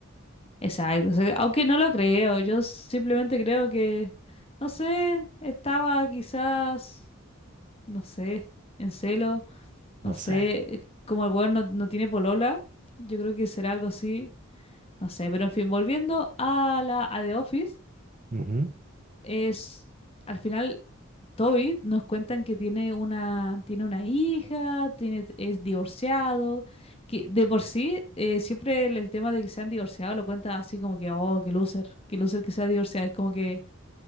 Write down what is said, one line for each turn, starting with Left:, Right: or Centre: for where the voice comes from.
Left: Exacto, o sea, aunque no lo creo, yo simplemente creo que, no sé, estaba quizás, no sé, en celo, no
Right: No
Left: sé,
Right: sé.
Left: eh, como el weón no, no tiene polola, yo creo que será algo así, no sé, pero en fin, volviendo a la a The Office,
Right: Ujú.
Left: es, al final Tobit nos cuentan que tiene una, tiene una hija, tiene, es divorciado, que de por sí eh, siempre el, el tema de que se han divorciado lo cuenta así como que, oh, qué loser, qué loser que se ha divorciado. Es como que,